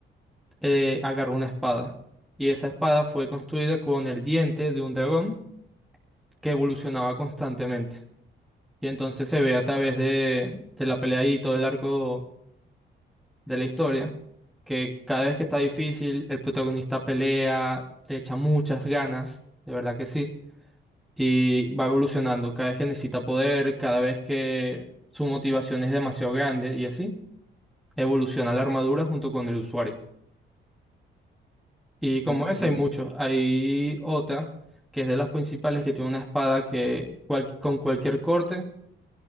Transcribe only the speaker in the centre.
eh, agarró una espada, y esa espada fue construida con el diente de un dragón que evolucionaba constantemente. Y entonces se ve a través de, de la pelea y todo el arco de la historia, que cada vez que está difícil, el protagonista pelea, le echa muchas ganas, de verdad que sí, y va evolucionando cada vez que necesita poder, cada vez que su motivación es demasiado grande y así, evoluciona la armadura junto con el usuario. Y como
esa
hay muchos, hay otra que es de las principales que tiene una espada que cual- con cualquier corte